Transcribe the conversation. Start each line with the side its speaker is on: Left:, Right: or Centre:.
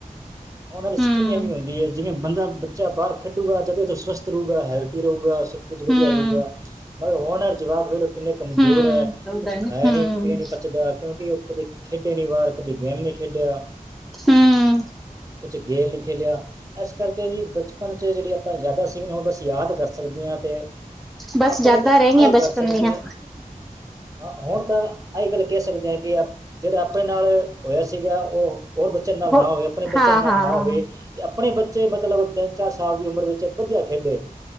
Right: ਉਹਨਾਂ ਦੇ ਸਕਿਨ
Centre: ਹੂੰ
Right: ਐਵੇਂ ਹੁੰਦੀ ਏ ਜਿਵੇਂ ਬੰਦਾ ਬੱਚਾ ਬਾਹਰ ਖੇਡੂਗਾ ਜਦੇ ਤੇ ੳਹ ਸਵਸਥ ਰਹੁਗਾ, ਹੈਲਦੀ ਰਹੁਗਾ, ਸਭ ਕੁਝ ਵਧੀਆ
Centre: ਹੂੰ
Right: ਰਹੁਗਾ। ਮਗਰ ਹੁਣ ਆਲੇ ਜਵਾਕ ਵੇਲੋ ਕਿੰਨੇ ਕਮਜ਼ੋਰ
Centre: ਹੂੰ
Right: ਐ, ਕੁਛ ਖਾਇਆ
Centre: ਹੂੰ
Right: ਨੀ ਪੀਆ ਨੀ ਪਚਦਾ ਕਿਉਂਕਿ ਉਹ ਕਦੇ ਖੇਡੇ ਨੀ ਵਾਰ ਕਦੇ ਗੇਮ ਨੀ ਖੇ ਖੇਡਿਆ।
Centre: ਹੂੰ
Right: ਕੁਛ ਗੇਲ ਨੀ ਖੇਲਿਆ। ਇਸ ਕਰਕੇ ਜੀ, ਬਚਪਨ ਚ ਜਿਹੜੀ ਆਪਾਂ ਯਾਦਾ ਸੀ, ਉਹ ਬਸ ਯਾਦ ਕਰ ਸਕਦੇ ਹਾਂ ਤੇ
Centre: ਬਸ
Right: ਆਪਾਂ
Centre: ਯਾਦਾਂ
Right: ਮਤਲਬ,
Centre: ਰਹਿ
Right: ਆ
Centre: ਗਈਆਂ
Right: ਹੀ
Centre: ਬਚਪਨ
Right: ਕਰ ਸਕਦੇ
Centre: ਦੀਆਂ
Right: ਹ ਹਾਂ, ਹੁਣ ਤਾਂ ਆਹੀ ਗੱਲ ਕਹਿ ਸਕਦੇ ਆ ਕਿ, ਜਿਹੜਾ ਆਪਣੇ ਨਾਲ, ਹੋਇਆ ਸੀਗਾ ਉਹ ਹੋਰ ਬੱਚਿਆਂ ਨਾਲ
Centre: ਹੋ
Right: ਨਾ ਹੋਵੇ, ਆਪਣੇ ਬੱਚਿਆਂ
Centre: ਹਾਂ
Right: ਨਾਲ
Centre: ਹਾਂ
Right: ਨਾ ਹੋਵੇ ਤੇ ਆਪਣੇ ਬੱਚੇ ਮਤਲਬ, ਤਿੰਨ-ਚਾਰ ਸਾਲ ਦੀ ਉਮਰ ਵਿੱਚ ਵਧੀਆ ਖੇਡੇ